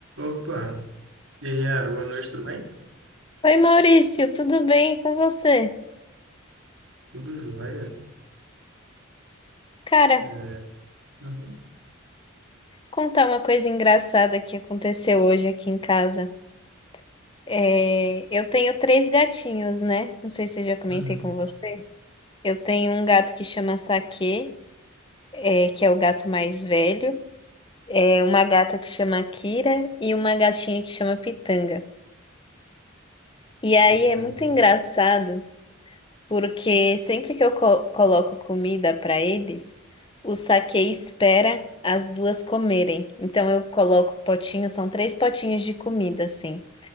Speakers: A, on the right (about 70°); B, on the left (about 25°).
A: Opa, e aí, Yara, boa noite, tudo bem?
B: Oi Maurício, tudo bem com você?
A: Tudo jóia?
B: Cara,
A: É, uhum,
B: contar uma coisa engraçada que aconteceu hoje aqui em casa. É, eu tenho três gatinhos, né? Não sei se eu já comentei
A: uhum,
B: com você. Eu tenho um gato que chama Saque, é, que é o gato mais velho. É uma gata que chama Kira e uma gatinha que chama Pitanga. E aí
A: eita,
B: é muito engraçado. porque sempre que eu co- coloco comida para eles, o saque espera as duas comerem. Então eu coloco potinhos, são três potinhos de comida assim.